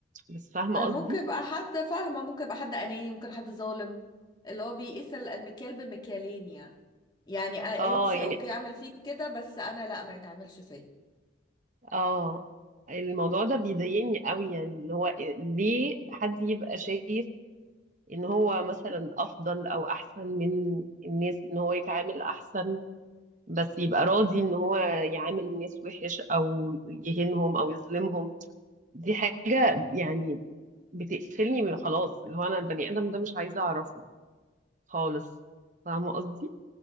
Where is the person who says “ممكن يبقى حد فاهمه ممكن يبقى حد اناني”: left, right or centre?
Left